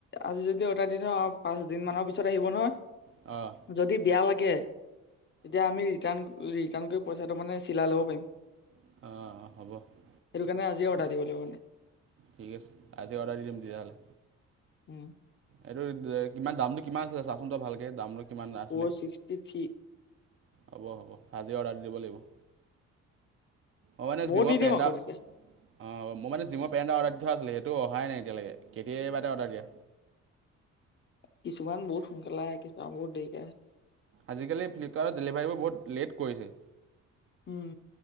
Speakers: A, on the left; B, on the right.
A: আজি যদি এটা দিনৰ পাঁচ দিন মানৰ পিছত আহিব নহয়।
B: অঁহ।
A: যদি বেয়া লাগে, তেতিয়া আমি ৰিটাৰ্ণ-ৰিটাৰ্ণ কৰি পইচাটো মানে চিলাই ল'ব পাৰিম।
B: অঁহ', - অঁহ', -হ'ব।
A: সেই কাৰণে আজিয়ে অৰ্ডাৰ দিব লাগিব।
B: ঠিক আছে। আজি অৰ্ডাৰ দিম তেতিয়াহ'লে
A: উম।
B: এইটো দে কিমান দামটো কিমান আছিলে চাচোন তো ভালকে দামটো কিমান আছিলে
A: ফ'ৰ ছিক্সটি থ্ৰি।
B: হ'ব হ'ব আজি অৰ্ডাৰ দি দিব লাগিব। অঁ মানে
A: বহুত
B: জিমৰ
A: দি
B: পেণ্ড
A: দিম আকৌ
B: দা
A: তেতিয়া
B: অঁ মই মানে জিমৰ পেণ্ট এটা অৰ্ডাৰ দি থোৱা আছিলে, সেইটো অহাই নাই এতিয়ালেকে কেতিয়াবা তেই অৰ্ডাৰ দিয়া।
A: কিছুমান বহুত সোনকালে আহে কিছুমান বহুত দেৰিকে আহে।
B: আজিকালি ফ্লিপকাৰ্টৰ ডেলিভাৰীবোৰ বহুত লেট কৰিছে।
A: উম।